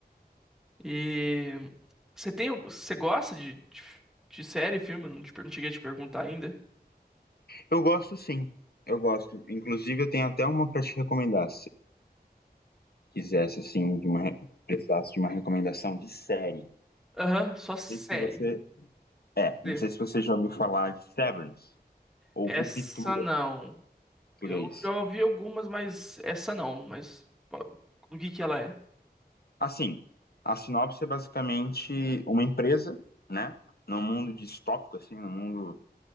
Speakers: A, in the centre; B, on the left.
A: E você tem, você gosta de, de, de série, filme? Eu Não, te, per- não cheguei a te perguntar ainda.
B: Eu gosto sim, eu gosto. Inclusive, eu tenho até uma para te recomendar. quisesse, assim, de uma, precisasse de uma recomendação de série. Não
A: Aham, só série.
B: sei se você. É, não
A: Sim.
B: sei se você já ouviu falar de Severance ou
A: Essa
B: Ruptura
A: não.
B: em português.
A: Eu já ouvi algumas, mas essa não. Mas pô, do que que ela é?
B: Assim, a sinopse é basicamente uma empresa, né? Num mundo distópico, assim, num mundo